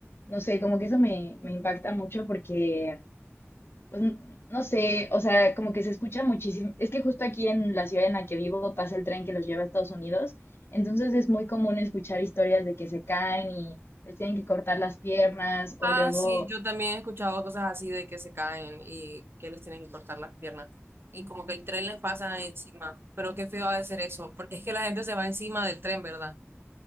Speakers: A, on the left; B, on the right.
A: no sé, como que eso me, me impacta mucho porque, pues, n- no sé, o sea, como que se escucha muchísimo. Es que justo aquí en la ciudad en la que vivo pasa el tren que los lleva a Estados Unidos, entonces es muy común escuchar historias de que se caen y les tienen que cortar las piernas o
B: Ah,
A: luego
B: sí, yo también he escuchado cosas así de que se caen y que les tienen que cortar las piernas. Y como que el tren les pasa encima. Pero qué feo ha de ser eso, porque es que la gente se va encima del tren, ¿verdad?